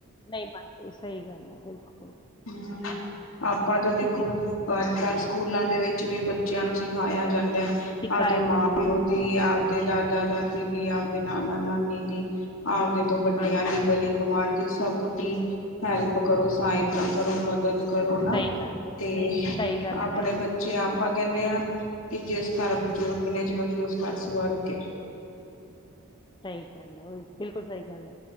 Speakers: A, on the left; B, on the left.
A: ਨਹੀਂ ਮੰਨਦੇ ਸਹੀ ਗੱਲ ਹੈ ਬਿਲਕੁਲ।
B: ਹਮ ਆਪਾਂ ਤਾਂ ਦੇਖੋ
A: ਕਿਉਂਕਿ
B: ਅੱਜ
A: ਹਾਂਜੀ
B: ਕੱਲ੍ਹ ਸਕੂਲਾਂ ਦੇ ਵਿੱਚ ਵੀ ਬੱਚਿਆਂ ਨੂੰ ਸਿਖਾਯਾ ਜਾਂਦਾ ਹੈ।
A: ਸਿਖਾਇਆ
B: ਆਪਦੇ ਮਾਂ
A: ਜਾਂਦਾ
B: ਪਿਓ
A: ਹੈ
B: ਦੀ ਆਪ। ਤੇ ਦਾਦਾ ਦਾਦੀ ਦੀ, ਆਪਦੇ ਨਾਨਾ ਨਾਨੀ ਦੀ, ਆਪਦੇ ਤੋਂ ਵੱਡਿਆਂ
A: ਹਾਂਜੀ
B: ਦੀ। <unintelligible> ਗੁਆਂਡੀ ਸਭ ਦੀ ਹੈਲਪ ਕਰੋ। ਸਹਾਇਤਾ ਕਰੋ। ਮਦਦ? ਕਰੋ ਨਾ
A: ਸਹੀ ਗੱਲ ਹੈ
B: ਤੇ
A: ਸਹੀ ਗੱਲ ਹੈ
B: ਆਪਣੇ
A: ਬਿਲਕੁਲ
B: ਬੱਚੇ ਆਪਾਂ ਕਹਿੰਨੇ ਆਂ। ਕੇ ਜਿਸ ਘਰ ਬਜ਼ੁਰਗ ਨੇ ਚਲੋ ਜੀ ਉਸ ਘਰ ਸੁਵਰੱਗ ਏ।
A: ਸਹੀ ਗੱਲ ਹੈ ।ਉਹੀ ਬਿਲਕੁਲ ਸਹੀ ਗੱਲ ਹੈ।